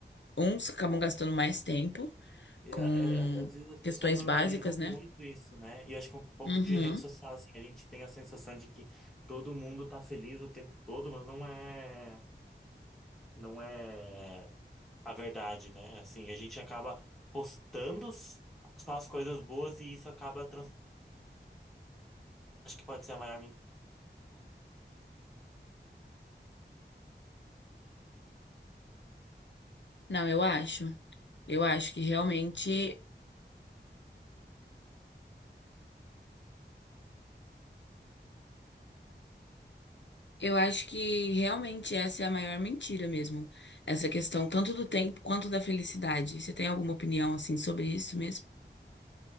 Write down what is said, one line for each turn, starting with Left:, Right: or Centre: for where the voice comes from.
Left: uns acabam gastando mais tempo
Centre: E,
Left: com
Centre: é, é, às vezes as pessoas
Left: questões
Centre: normalizam
Left: básicas,
Centre: muito
Left: né?
Centre: isso, né? E eu acho que um pouco
Left: Uhum.
Centre: de rede social, assim, a gente tem a sensação de que todo mundo tá feliz o tempo todo, mas não é, não é a verdade, né? Assim, a gente acaba postando s- só as coisas boas e isso acaba trans... Acho que pode ser a maior mentira.
Left: Não, eu acho. Eu acho que realmente, eu acho que realmente essa é a maior mentira mesmo. Essa questão tanto do tempo quanto da felicidade. Você tem alguma opinião assim sobre isso mesmo?